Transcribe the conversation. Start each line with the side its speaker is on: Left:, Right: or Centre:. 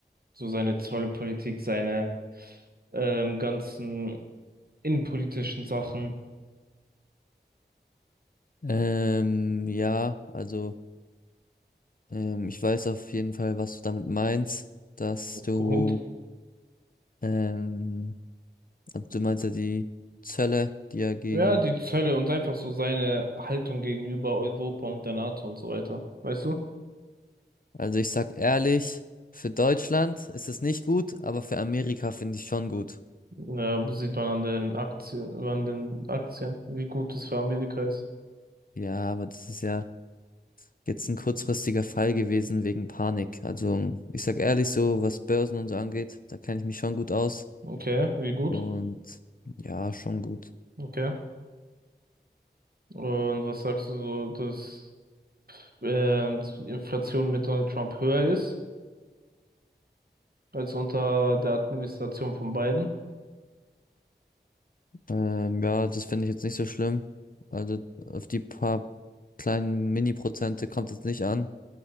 Right: So seine Zollpolitik, seine ähm, ganzen innenpolitischen Sachen.
Left: Ähm, ja, also, ähm, ich weiß auf jeden Fall, was du damit meinst, dass du,
Right: Gut.
Left: ähm, also du meinst ja die Zölle, die er gegen,
Right: Ja, die Zölle und einfach so seine Haltung gegenüber Europa und der NATO und so weiter. Weißt du?
Left: also ich sag ehrlich, für Deutschland ist es nicht gut, aber für Amerika finde ich schon gut.
Right: Ja, sieht man an den Aktien, an den Aktien, wie gut es für Amerika ist.
Left: Ja, aber das ist ja jetzt ein kurzfristiger Fall gewesen wegen Panik. Also ich sag ehrlich so, was Börsen und so angeht, da kenne ich mich schon gut aus.
Right: Okay, wie gut?
Left: Und ja, schon gut.
Right: Okay. Und was sagst du so, dass ähm, die Inflation mit Donald Trump höher ist als unter der Administration von Biden?
Left: Ähm, ja, das finde ich jetzt nicht so schlimm. Also auf die paar kleinen Mini-Prozente kommt es nicht an.